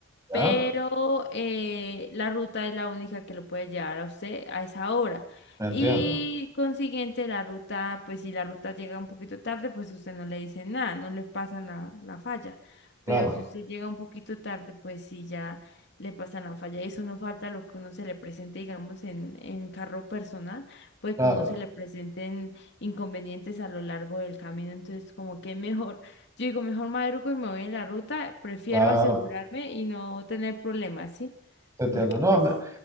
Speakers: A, on the right; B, on the left.
A: ya,
B: Pero eh, la ruta es la única que lo puede llevar a usted a esa hora.
A: me entiendo.
B: Y consiguiente, la ruta, pues si la ruta llega un poquito tarde, pues usted no le dice nada, no le pasan la, la falla.
A: Claro,
B: Pero si usted llega un poquito tarde, pues sí ya le pasan la falla. Eso no falta lo que uno se le presente, digamos, en, en carro personal, pues
A: claro,
B: que uno se le presenten inconvenientes a lo largo del camino. Entonces, como que es mejor yo digo, mejor madrugo y me voy en la ruta, prefiero
A: claro,
B: asegurarme y no tener problemas, ¿sí?
A: te entiendo.
B: Porque
A: No,
B: pues,
A: a